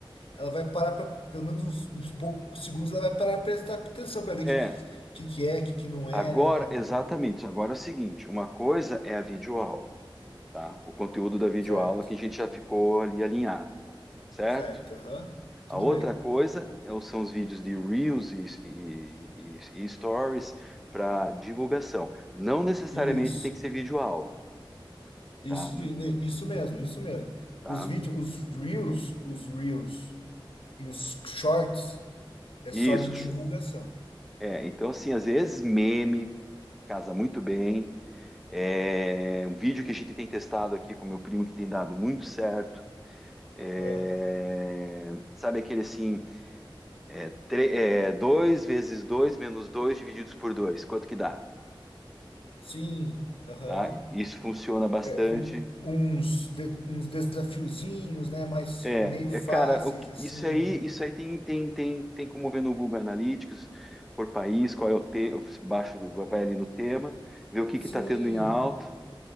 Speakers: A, on the left; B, in the centre.
A: ela vai parar para pelo menos uns, uns poucos segundos, ela vai parar para prestar atenção para ver
B: É,
A: o que, que que é, o que que não é,
B: agora,
A: né?
B: exatamente, agora é o seguinte, uma coisa é a videoaula, tá? O conteúdo da videoaula
A: Certo.
B: que a gente já ficou ali alinhado, certo?
A: Certo, aham.
B: A
A: Tudo
B: outra
A: bem.
B: coisa é são os vídeos de Reels e, e- e- e Stories para divulgação. Não necessariamente
A: Isso.
B: tem que ser vídeo aula,
A: Isso,
B: tá?
A: né, isso mesmo, isso mesmo.
B: Tá?
A: Os vídeos, os reels, os reels E os shorts é
B: Isso.
A: só de divulgação.
B: É, então, assim, às vezes meme casa muito bem. É, um vídeo que a gente tem testado aqui com meu primo que tem dado muito certo. É,
A: Ah,
B: sabe aquele assim, é, 2 vezes 2 menos 2 divididos por 2. quanto que dá?
A: sim, aham.
B: Tá? Isso funciona bastante.
A: É um- uns, de- uns desafiozinhos, né? Mas
B: É,
A: meio
B: é,
A: fáceis,
B: cara, o que-
A: assim,
B: isso aí,
A: né?
B: isso aí tem, tem, tem, tem como ver no Google Analytics, por país, qual é o tema, baixo, vai ali no tema, ver o que
A: Sim,
B: que tá tendo em alta,